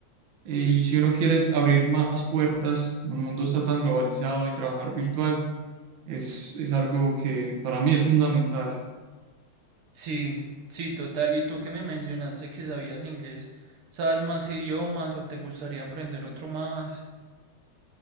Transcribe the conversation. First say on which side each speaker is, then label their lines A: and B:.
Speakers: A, on the right (about 80°); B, on the right (about 65°).
A: Y
B: Sí,
A: si uno quiere abrir más puertas, el mundo está tan globalizado y trabajar virtual es, es algo que para mí es fundamental.
B: sí, sí, total. Y tú que me mencionaste que sabías inglés, ¿sabes más idiomas o te gustaría aprender otro más?